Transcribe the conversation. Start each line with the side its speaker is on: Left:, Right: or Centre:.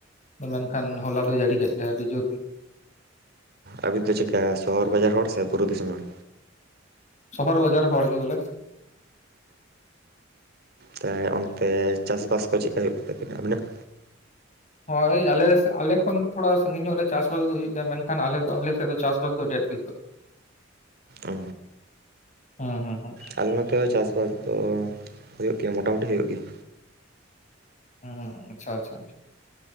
Left: ᱢᱮᱱᱠᱷᱟᱱ ᱦᱚᱞᱟ ᱫᱚ ᱡᱟᱹᱲᱤ ᱠᱮᱜ ᱜᱮᱭᱟ ᱟᱹᱰᱤ ᱡᱳᱨ ᱜᱮ᱾
Right: ᱟᱵᱤᱱ ᱫᱚ ᱪᱤᱠᱠᱟ ᱥᱚᱦᱚᱨ ᱵᱟᱡᱟᱨ ᱦᱚᱲ ᱥᱮ ᱵᱩᱨᱩ ᱫᱤᱥᱩᱢ ᱦᱚᱲ?
Left: ᱥᱚᱦᱚᱨ ᱵᱟᱡᱟᱨ ᱦᱚᱲ ᱜᱤ ᱵᱚᱞᱮ ᱾
Right: ᱛᱮᱭ ᱚᱱᱛᱮ ᱪᱟᱥᱵᱟᱥ ᱠᱚ ᱪᱮᱜᱠᱟ ᱦᱩᱭᱩᱜ ᱛᱟᱠᱤᱱᱟ ᱟᱵᱤᱱᱟᱜ?
Left: ᱦᱳᱭ ᱟᱞᱮ ᱥᱮᱜ ᱟᱞᱮ ᱠᱷᱚᱱ ᱛᱷᱳᱲᱟ ᱥᱟᱺᱜᱤᱧ ᱧᱚᱜ ᱨᱮ ᱪᱟᱥ - ᱵᱟᱥ ᱫᱚ ᱦᱩᱭᱩᱜ ᱛᱟᱦᱮ ᱢᱮᱱᱠᱷᱟᱱ ᱟᱞᱮ ᱟᱞᱮ ᱥᱮᱫ ᱫᱚ ᱪᱟᱥ - ᱵᱟᱥ ᱫᱚ ᱟᱰᱤ ᱮᱴᱠᱮ
Right: ᱚ
Left: ᱦᱩᱸ ᱦᱩᱸ ᱦᱩᱸ
Right: ᱟᱞᱮ ᱱᱚᱛᱮ ᱦᱚ ᱪᱟᱥ ᱵᱟᱥ ᱫᱚ ᱦᱩᱭᱩᱜ ᱜᱮᱭᱟ ᱢᱚᱴᱟ ᱢᱩᱩᱴᱤ ᱦᱩᱭᱩᱜ ᱜᱮᱭᱟ᱾
Left: ᱦᱩᱸ ᱟᱪᱪᱷᱟ ᱟᱪᱪᱷᱟ ᱟᱪᱷᱟ ᱾